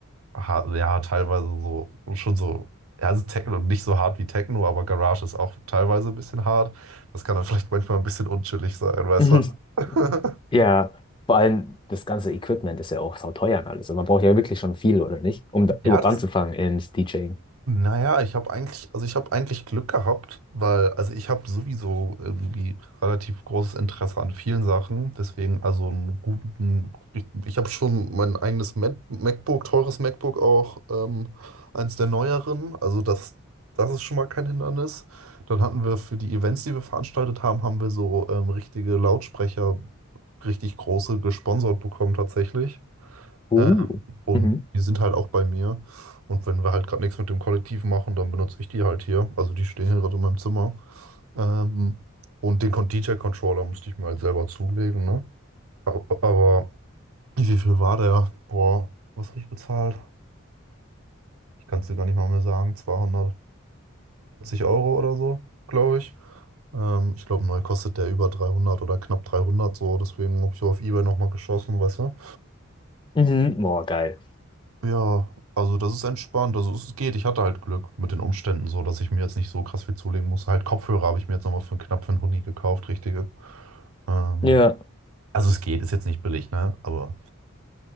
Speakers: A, on the right; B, on the left.
A: ha- ja, teilweise so, schon so, ja, also Techno, nicht so hart wie Techno, aber Garage ist auch teilweise ein bisschen hart. Das kann dann vielleicht manchmal ein bisschen unchillig sein, weißt
B: <laughs>
A: du? <laughs>
B: Ja, vor allem das ganze Equipment ist ja auch sauteuer und alles. Und man braucht ja wirklich schon viel, oder nicht? Um da
A: Ja,
B: überhaupt
A: das,
B: anzufangen ins DJing.
A: Naja, ich habe eigentlich, also ich habe eigentlich Glück gehabt, weil, also ich habe sowieso irgendwie relativ großes Interesse an vielen Sachen. Deswegen, also einen guten, ich, ich habe schon mein eigenes Mac MacBook, teures MacBook auch, ähm, eins der neueren. Also das, das ist schon mal kein Hindernis. Dann hatten wir für die Events, die wir veranstaltet haben, haben wir so ähm, richtige Lautsprecher, richtig große gesponsert bekommen tatsächlich.
B: Uh.
A: Äh, und
B: Mhm.
A: die sind halt auch bei mir. Und wenn wir halt gerade nichts mit dem Kollektiv machen, dann benutze ich die halt hier. Also die stehen hier gerade in meinem Zimmer. Ähm, und den Con- DJ-Controller musste ich mir halt selber zulegen, ne? Aber, aber wie viel war der? Boah, was habe ich bezahlt? Ich kann es dir gar nicht mal mehr sagen. zweihundertvierzig Euro oder so, glaube ich. Ähm, ich glaube, neu kostet der über 300 oder knapp 300 so. Deswegen habe ich auf eBay nochmal geschossen, weißt du?
B: Mhm. Boah, geil.
A: Ja, also das ist entspannt. Also es geht. Ich hatte halt Glück mit den Umständen so, dass ich mir jetzt nicht so krass viel zulegen muss Halt Kopfhörer habe ich mir jetzt nochmal für knapp für einen Huni gekauft, richtige. Ähm,
B: Ja,
A: also es geht, ist jetzt nicht billig, ne? Aber